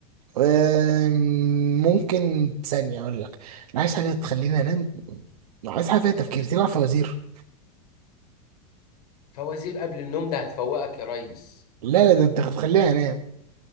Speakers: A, on the right; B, on the left.
A: أم، ممكن ثانيه اقول لك انا عايز حاجه تخليني انام عايز حاجه فيها تفكير تلعب فوازير
B: فوازير قبل النوم ده هتفوقك يا ريس
A: لا لا ده انت هتخليني انام